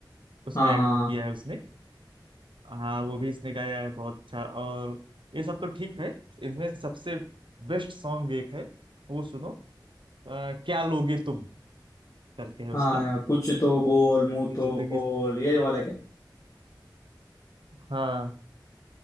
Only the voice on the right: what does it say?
उसमें
एक्ट
किया है उसने हाँ वो भी इसने गाया है बहुत अच्छा और ये सब तो ठीक है इसमें सबसे बेस्ट सॉन्ग एक है वो सुनो अ, क्या लोगे तुम करके है उसका
मेरी
जिंदगी
हाँ